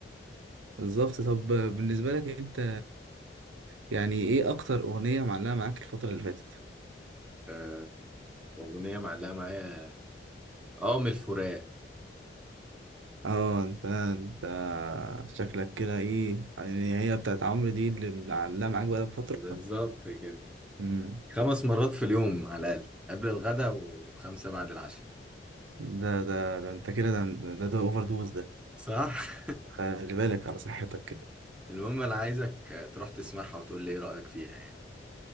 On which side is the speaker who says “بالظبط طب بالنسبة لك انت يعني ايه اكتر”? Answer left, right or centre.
Right